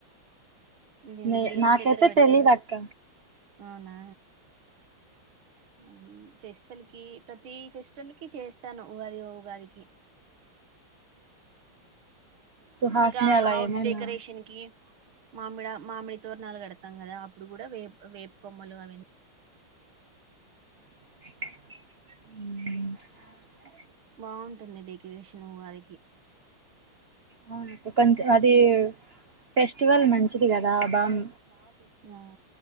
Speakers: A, on the right; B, on the right.
A: దీన్
B: నే
A: దేవుని
B: నాకైతే
A: దగ్గర పెడతాను
B: తెలీదు అక్క
A: అవునా మ్ ఫెస్టివల్ కి ప్రతి ఫెస్టివల్ కి చేస్తాను ఉగాది ఉగాదికి
B: సుహాస్ని
A: ఇంకా
B: అలా
A: హౌస్
B: ఏమైనా
A: డెకరేషన్ కి మామిడి మామిడి తోరణాలు కడతాం కదా అప్పుడు కూడా వేపు వేపుకొమ్మలు అవి
B: మ్
A: బాగుంటుంది డెకరేషన్ వారికి
B: అవును కొంచెం అది ఫెస్టివల్ మంచిది కదా బామ్
A: ఆ